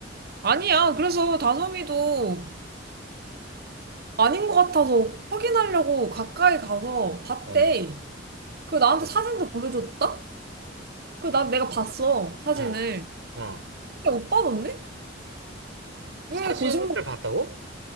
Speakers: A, on the right (about 55°); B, on the right (about 90°).
A: 아니야. 그래서 다솜이도 아닌 것 같아서 확인하려고 가까이 가서 봤대.
B: 어.
A: 그 나한테
B: 그래.
A: 사진도 보내줬다? 그 나 내가 봤어 사진을.
B: 어. 어.
A: 근데 오빠던데?
B: 사진을
A: 왜 거짓말?
B: 봤다고?